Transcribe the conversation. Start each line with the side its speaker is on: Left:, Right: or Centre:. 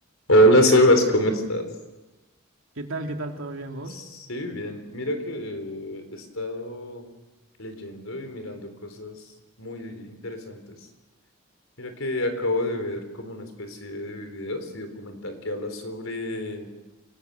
Left: Hola Sebas, ¿cómo estás?
Right: ¿Qué tal? ¿Qué tal? ¿Todo bien vos?
Left: Sí, bien. Mira que he estado leyendo y mirando cosas muy interesantes. Mira que acabo de ver como una especie de videos y documental que habla sobre, o